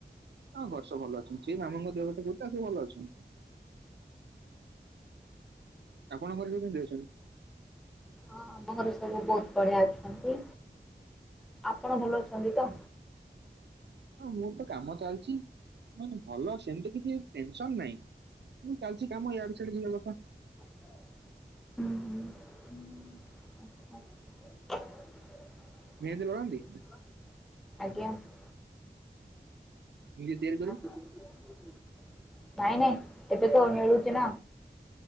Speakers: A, on the right; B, in the centre.
A: ହଁ ଘରେ ସବୁ ଭଲ ଅଛନ୍ତି ମାମୁଁ ଙ୍କ ଦେହ କଥା ଗୋଟ ଆଉ ସଵୁ ଭଲ ଅଛନ୍ତି। ଆପଣ ଘରେ ସବୁ କେମତି ଦେହ ସବୁ?
B: ହଁ ଆମ ଘରେ ସବୁ ବହୁତ ବଢିଆ ଅଛନ୍ତି। ଆପଣ ଭଲ ଅଛନ୍ତି ତ?
A: ହଁ ମୁଁ ତ କାମ ଚାଲିଚି। ମାନେ ଭଲ ସେମତି କିଛି ଟେନ୍ ସନ୍ ନାହିଁ। ମୁଁ ଚାଲିଛି କାମ ଇଆଡେ ସିଆଡେ ଯିବା କଥା।
B: ହୁଁ ହୁଁ ହୁଁ ଆଚ୍ଛା।
A: ମେହେନ୍ଦୀ ଲଗାନ୍ତି
B: ଆଜ୍ଞା।
A: ଧିରେ ଧିରେ
B: <inaudible> ନାଇଁ ନାଇଁ ଏବେ ତ ମିଳୁଛି ନା,